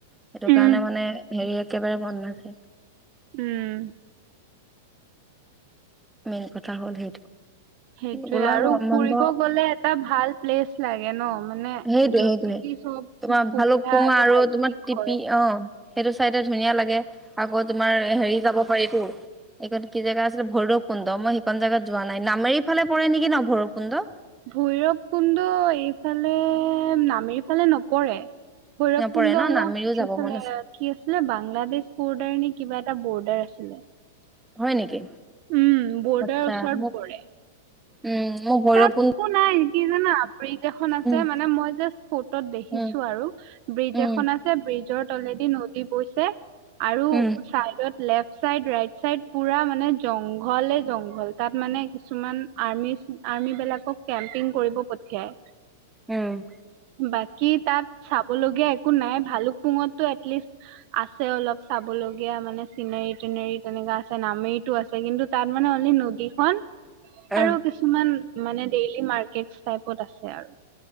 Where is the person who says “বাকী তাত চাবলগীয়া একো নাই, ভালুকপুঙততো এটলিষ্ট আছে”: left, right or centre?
Right